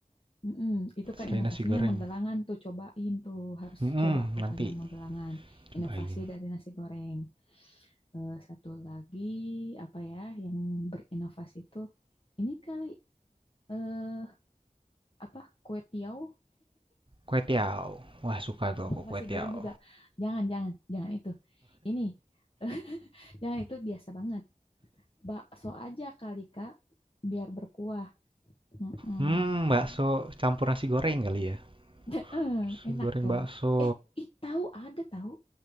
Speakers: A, on the left; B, on the right.
A: Mm-mm, itu kan
B: selain
A: inovasinya
B: nasi goreng
A: Magelangan tuh cobain tuh harus
B: Mm-mm,
A: coba pokoknya
B: nanti
A: Magelangan
B: cobain
A: inovasi dari nasi goreng Eh, satu lagi apa ya yang berinovasi itu ini kali eh apa kue tiaw
B: kue tiao wah suka tuh
A: Abang
B: aku
A: nasi
B: kue tiao
A: goreng juga. Jangan, jangan, jangan itu. Ini, <laughs> jangan itu biasa banget. Bakso aja kali, Kak. Biar berkuah. Mm-mm.
B: hmm bakso campur nasi goreng kali ya
A: <laughs> Heeh,
B: nasi
A: Enak
B: goreng
A: tuh.
B: bakso
A: Eh, ih, tahu ada tahu.